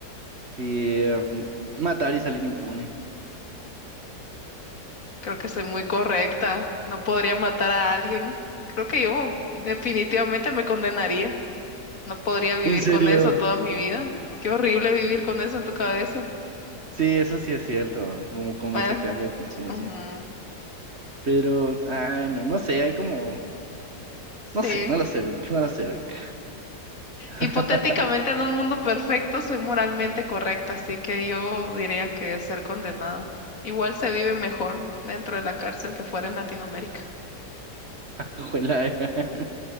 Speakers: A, on the right (about 45°); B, on the left (about 55°).
A: y um, matar y salir impune.
B: Creo que estoy muy correcta. No podría matar a alguien. Creo que yo definitivamente me condenaría. No podría vivir
A: ¿En serio?
B: con eso toda mi vida. Qué horrible vivir con eso en tu
A: Mm,
B: cabeza.
A: Sí, eso sí es cierto, como con
B: Bueno,
A: esa carga de conciencia.
B: ujú,
A: Pero, ah, no, no sé, hay como,
B: sí.
A: no sé, no lo sé, Rick, no lo sé, Rick. <laughs>
B: Hipotéticamente, en un mundo perfecto, soy moralmente correcta, así que yo diría que ser condenada. Igual se vive mejor dentro de la cárcel que fuera en Latinoamérica.
A: Ojalá, era <laughs>